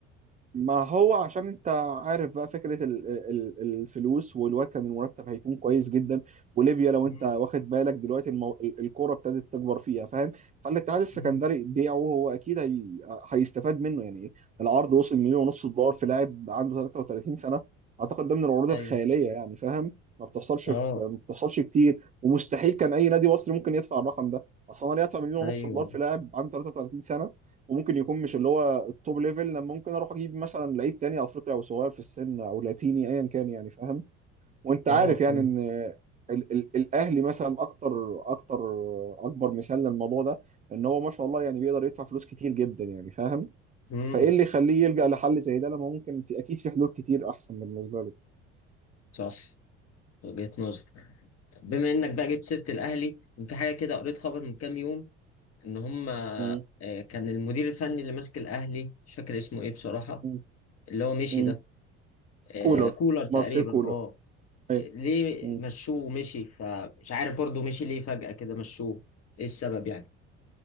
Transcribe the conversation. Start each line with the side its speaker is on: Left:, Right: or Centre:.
Right: ما هو عشان انت عارف بقى فكرة ال- ال- الفلوس والواد كان المرتب هيكون كويس جدا وليبيا لو
Left: مم.
Right: انت واخد بالك دلوقتي المو... ال- الكورة ابتدت تكبر فيها فاهم فالاتحاد السكندري
Left: مم.
Right: بيعه هو اكيد هي... هيستفاد منه يعني العرض وصل مليون ونص دولار في لاعب عنده 33 سنة اعتقد ده من العروض
Left: ايوه
Right: الخيالية يعني فاهم ما بتحصلش
Left: اه
Right: في... ما بتحصلش كتير ومستحيل كان اي نادي مصري ممكن يدفع الرقم ده اصلا يدفع مليون
Left: ايوه
Right: ونص دولار في لاعب عنده 33 سنة وممكن يكون مش اللي هو التوب ليفل لما ممكن اروح اجيب مثلا لعيب تاني افريقي او صغير في السن او لاتيني ايا كان يعني فاهم وانت
Left: اه
Right: عارف يعني
Left: فهمت
Right: ان ال ال الاهلي مثلا اكتر اكتر اكبر مثال للموضوع ده ان هو ما شاء الله يعني بيقدر يدفع فلوس كتير جدا يعني فاهم
Left: امم
Right: فايه اللي يخليه يلجأ لحل زي ده لما ممكن في اكيد في حلول كتير احسن بالنسبه له
Left: صح وجهة نظر طب بما انك بقى جبت سيرة الاهلي كان في حاجة كده قريت خبر من كام يوم ان هم آه،
Right: مم.
Left: كان المدير الفني اللي ماسك الاهلي مش فاكر اسمه ايه بصراحه
Right: مم.
Left: اللي هو مشي
Right: مم.
Left: ده آه،
Right: كولر
Left: كولر تقريبا
Right: مارسيل كولر
Left: اه
Right: ايوه
Left: ليه
Right: مم.
Left: مشوه ومشي فمش عارف برضه مشي ليه فجاه كده مشوه ايه السبب يعني